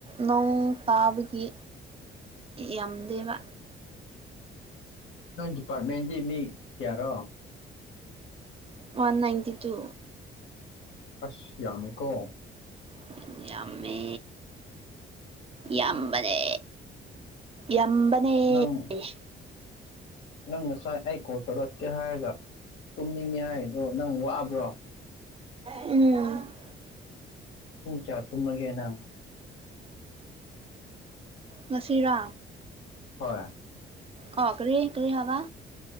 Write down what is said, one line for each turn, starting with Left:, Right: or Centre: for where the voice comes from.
Right: ꯅꯣꯡ ꯇꯥꯕꯒꯤ ꯌꯥꯝꯗꯦꯕ
Left: ꯅꯣꯏ ꯗꯤꯄꯥꯔꯠꯃꯦꯟꯗꯤ ꯃꯤ ꯀꯌꯥꯔꯣ
Right: ꯋꯥꯟ ꯅꯥꯟꯇꯤ ꯇꯨ
Left: ꯑꯁ ꯌꯥꯝꯃꯦꯀꯣ
Right: ꯃꯤꯗꯤ ꯌꯥꯝꯃꯦ ꯌꯥꯝꯕꯅꯦ ꯌꯥꯝꯕꯅꯦ
Left: ꯅꯪ
Right: ꯑꯦ
Left: ꯅꯪ ꯉꯁꯥꯏ ꯑꯩ ꯀꯣꯜ ꯇꯧꯔꯛꯀꯦ ꯍꯥꯏꯔꯒ ꯇꯨꯝꯅꯤꯡꯉꯦ ꯍꯥꯏꯗꯣ ꯅꯪ ꯋꯥꯕ꯭ꯔꯣ
Right: ꯎꯝ
Left: ꯄꯨꯡ ꯀꯌꯥ ꯇꯨꯝꯃꯒꯦꯅ
Right: ꯉꯁꯤꯔꯥ
Left: ꯍꯣꯏ
Right: ꯑ ꯀꯔꯤ ꯀꯔꯤ ꯍꯥꯏꯕ